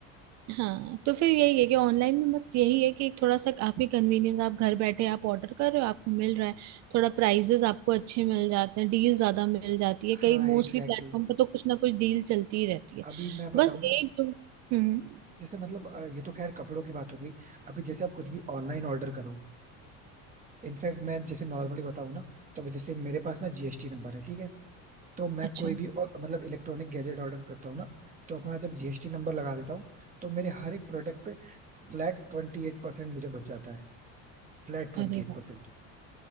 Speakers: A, on the right; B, on the right.
A: हाँ तो फिर यही है कि ऑनलाइन में बस यही है कि थोड़ा सा आपकी कन्वीनियंस आप घर बैठे आप ऑर्डर कर रहे हो आपको मिल रहा है थोड़ा प्राइजेस आपको अच्छे मिल जाते हैं डील ज्यादा मिल जाती है
B: हाँ
A: कई मोस्टली
B: एग्जैक्टली
A: प्लेटफॉर्म
B: exactly.
A: पे तो कुछ ना कुछ डील चलती ही रहती है
B: अभी मैं बताऊं
A: बस
B: ना
A: एक जो हम्म
B: जैसे मतलब अ, ये तो खैर कपड़ों की बात हो गई अभी जैसे आप कुछ भी ऑनलाइन ऑर्डर करो इनफैक्ट मैं जैसे नॉर्मली बताऊं ना तो अभी जैसे मेरे पास ना जीएसटी नंबर है ठीक है तो मैं
A: अच्छा
B: कोई भी और, मतलब इलेक्ट्रॉनिक गैजेट ऑर्डर करता हूँ ना तो अपना जब जीएसटी नंबर लगा देता हूँ तो मेरे हर एक प्रोडक्ट पे फ्लैट ट्वेंटी एट परसेंट मुझे बच जाता है फ्लैट ट्वेंटी
A: अरे
B: एट
A: वाह
B: परसेंट